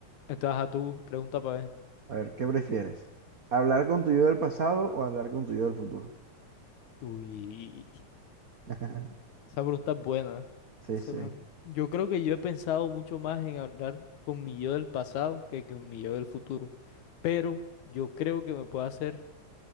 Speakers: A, on the left; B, on the right.
A: Entonces, a tu pregunta para ver.
B: A ver, ¿qué prefieres? ¿Hablar con tu yo del pasado o hablar con tu yo del futuro?
A: Uy,
B: <laughs>
A: esa pregunta es buena. ¿no?
B: Sí,
A: Esa
B: sí.
A: pregun- Yo creo que yo he pensado mucho más en hablar con mi yo del pasado que con mi yo del futuro. Pero yo creo que me puedo hacer.